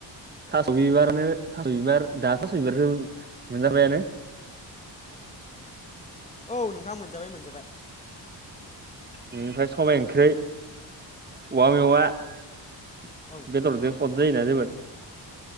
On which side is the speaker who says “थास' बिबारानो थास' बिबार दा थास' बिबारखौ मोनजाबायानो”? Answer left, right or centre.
Right